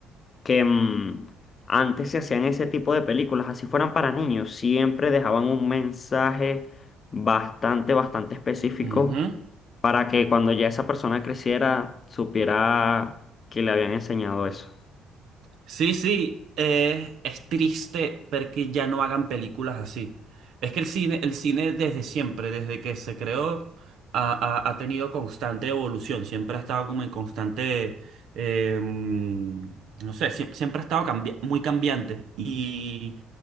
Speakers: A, on the left (about 45°); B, on the right (about 65°).
A: que mm, antes se hacían ese tipo de películas, así fueran para niños, siempre dejaban un mensaje bastante, bastante específico
B: ujú.
A: para que cuando ya esa persona creciera supiera que le habían enseñado eso.
B: Sí, sí. eh, es triste ver que ya no hagan películas así. Es que el cine, el cine desde siempre, desde que se creó, ha, ha- ha tenido constante evolución. Siempre ha estado como en constante, eh, no sé, siem- siempre ha estado cambi- muy cambiante. Y